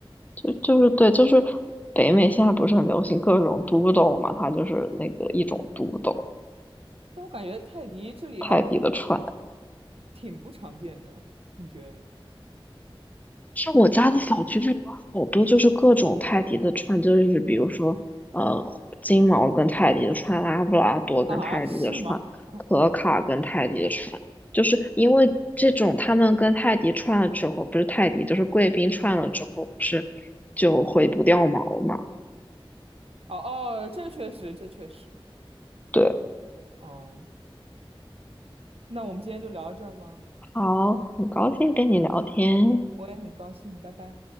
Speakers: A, on the left; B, on the right.
A: 就就是对，就是北美现在不是很流行各种 d o 嘛，它就是那个一种 d o
B: 但我感觉泰迪这里还挺
A: 泰迪的串。
B: 挺不常见的，你觉得呢？
A: 是我家的小区这里有好多就是各种泰迪的串，就是比如说呃金毛跟泰迪的串，拉布拉多跟泰迪的串，
B: 啊，是吗？
A: 可卡跟泰迪的串，就是因为这种他们跟泰迪串了之后，不是泰迪就是贵宾串了之后，不是就会不掉毛嘛？
B: <laughs> 哦哦，这确实，这确实。
A: 对，
B: 嗯，那我们今天就聊到这儿吗？
A: 好，很高兴跟你聊天。
B: 行，我也很高兴，拜拜。